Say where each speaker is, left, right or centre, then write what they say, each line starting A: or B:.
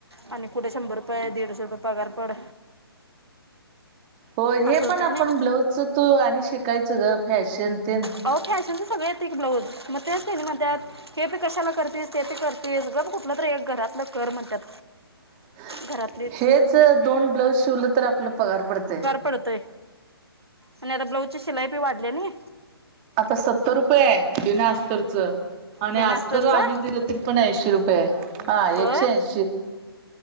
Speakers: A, on the right; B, on the right.
A: आणि कुठे शंभर रुपये दीडशे रुपये पगार पड
B: होय हे
A: असं होतं
B: पण आपण
A: नाही
B: ब्लाऊजच तू आणि शिकायचं ग फॅशन तेन.
A: अ फॅशनच सगळे येत एक ब्लाऊज मग ते असेल मग त्यात हे पी कशाला करतेस ते पी करतेस बा कुठलं तरी एक घरातलं कर म्हणतात
B: ह
A: घरातलीच
B: दोन ब्लाऊज शिवलं तर आपला पगार पडत
A: पडतय आणि आता ब्लाऊजची शिलाई पी वाढली नाही
B: आता सत्तर रुपये बिना असतचं आणि
A: बिना
B: असज
A: अस्तरचं
B: तर आम्ही दिलं त पण ऐंशी रुपये हा
A: होय
B: एकशे ऐंशी